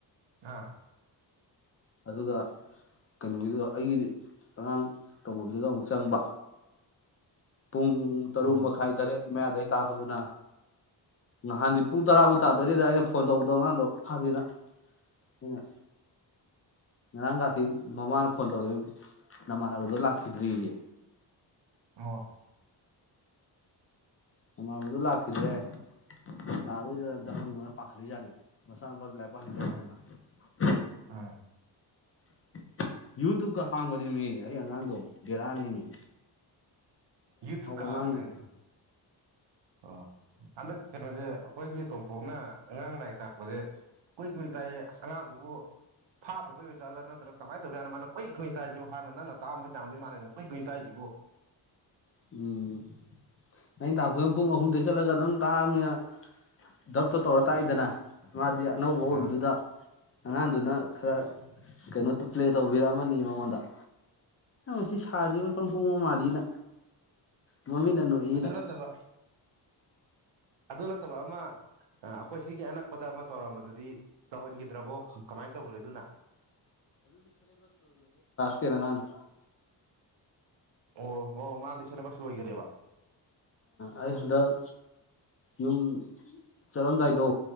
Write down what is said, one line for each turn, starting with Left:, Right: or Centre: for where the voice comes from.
Right: ꯑꯥ
Left: ꯑꯗꯨꯒ ꯀꯩꯅꯣꯒꯤꯗꯨꯒ ꯑꯩꯒꯤ ꯑꯉꯥꯡ ꯇꯧꯐꯝꯗꯨꯗ ꯑꯃꯨꯛ ꯆꯪꯕ ꯄꯨꯡ ꯇꯔꯨꯛ
Right: ꯑꯣ
Left: ꯃꯈꯥꯏ ꯇꯔꯦꯠ ꯃꯌꯥꯗꯗꯒꯤ ꯇꯥꯛꯄꯗꯨꯅ ꯅꯍꯥꯟꯗꯤ ꯄꯨꯡ ꯇꯔꯥꯕꯨꯥꯎ ꯇꯥꯗꯣꯔꯤꯗ ꯑꯩꯅ ꯐꯣꯟ ꯇꯧꯕꯗꯣ ꯑꯉꯥꯡꯗꯣ ꯐꯥꯗꯦꯅ ꯑꯩꯅ ꯉꯔꯥꯡꯒꯥꯗꯤ ꯃꯃꯥꯅ ꯐꯣꯟ ꯇꯧꯔꯛꯑꯦ ꯅꯃꯥꯟꯅꯕꯗꫭ ꯂꯥꯛꯈꯤꯗ꯭ꯔꯦꯌꯦ
Right: ꯑꫭ
Left: ꯅꯃꯥꯟꯅꯕꯗꫭ ꯂꯥꯛꯈꯤꯗ꯭ꯔꯦ ꯂꯥꯛꯑꯔꫭꯏꯗ꯭ꯔꯅ ꯑꯝꯇ ꯍꯪꯉꫭꯅ ꯄꯥꯈꯠꯂꯤꯖꯥꯅꯤ ꯃꯆꯥ ꯅꯨꯄꯥꯗꫭ ꯂꯥꯏꯔꯤꯛ ꯐꯍꯟꯒꯦ
Right: ꯑꯥ ꯑꯥ
Left: <unintelligible> ꯌꯨꯇꯨꯞꯀ ꯍꯥꯡꯕꯅꯤꯃꯤ ꯑꯩ ꯑꯉꯥꯡꯗꯣ ꯒꯦꯔꯥꯅꯤꯃꯤ
Right: ꯌꯨꯊꯨꯞ ꯀꯥ
Left: ꯑꯉꯥꯡꯅꯦꯃꯤ
Right: ꯍꯛꯕꯅꯦ ꯍꯥꯏꯖꯤꯅꯤ ꯑꯣ ꯍꯟꯗꯛ ꯀꯩꯅꯣꯁꯦ ꯑꯩꯈꯣꯏꯒꯤ ꯇꯣꯝꯄꯣꯛꯅ ꯑꯉꯥꯡ ꯂꯥꯏꯔꯤꯛ ꯇꯥꯛꯄꯁꯦ ꯀꯨꯏ ꯀꯨꯏꯅ ꯇꯥꯏ ꯑꯁ ꯑꯉꯥꯡꯗꯨꯕꯨ ꯐꯥꯗꯕꯩ ꯑꯣꯖꯥꯠꯂꯥ ꯅꯠꯇ꯭ꯔꯒ ꯀꯃꯥꯏꯅ ꯇꯧꯖꯥꯠꯅꫭ ꯃꯥꯅ ꯀꯨꯏ ꯀꯨꯏꯅ ꯇꯥꯛꯏꯁꯤꯕꯨ ꯍꯥꯟꯅ ꯅꯪꯅ ꯇꯥꯑꯝꯕ ꯆꯥꯡꯗꯩ ꯃꯥꯥꯟꯅ ꯀꯨꯏ ꯀꯨꯏꯅ ꯇꯥꯏꯔꯤꯁꯤꯕꯨ
Left: ꯎꯝ ꯑꯩꯅ ꯇꯥꯛꯄꯅ ꯄꯨꯡ ꯑꯍꯨꯝꯗꯒꯤ ꯆꯠꯂꯒ ꯑꯗꯨꯝ ꯇꯥꯑꯥꯃꯤꯅ ꯗꯞꯇꯣ ꯇꯧꯔ ꯇꯥꯛꯏꯗꯅ ꯑꯗꯤ ꯑꯅꯧꯕ ꯑꯣꯏꯕꯗꯨꯗ
Right: ꯑꯥ
Left: ꯑꯉꯥꯡꯗꯨꯅ ꯈꯔ ꯀꯩꯅꯣ ꯄ꯭ꯂꯦ ꯇꯧꯕꯤꯔꯛ ꯑꯃꯅꯤ ꯍꯟꯗꯛ ꯃꯤꯛꯀꯤ ꯁꯥꯁꯤꯕꯨ ꯏꯄꯪ ꯄꯪꯕ ꯃꯥꯜꯂꯤꯅ <inaudible> ꯃꯃꯤꯠꯅ ꯅꫭꯛꯏꯅ
Right: ꯑꯗꯨ ꯅꯠꯇꯕ ꯑꯗꯨ ꯅꯠꯇꯕ ꯑꯃ ꯑꯩꯈꯣꯏ ꯁꯤꯒꯤ ꯑꯅꯛꯄꯗ ꯑꯃ ꯇꯧꯔꯝꯕꯗꯨꯗꯤ ꯇꯧꯍꯟꯈꯤꯗ꯭ꯔꯕꯣ ꯀꯃꯥꯏꯅ ꯇꯧꯈ꯭ꯔꯦ ꯑꯗꯨꯅ
Left: ꯇꯦꯂꯪꯒꯥꯟ
Right: ꯑꯣ ꯋꯥ ꯃꯥꯗꯤ ꯁꯦꯂꯦꯕꯁ ꯂꯣꯏꯈꯒ꯭ꯔꯦꯕ
Left: ꯑꯩ ꯍꯟꯗꯛ ꯌꯨꯝ ꯆꯠꯂꯝꯗꯥꯏꯗꯣ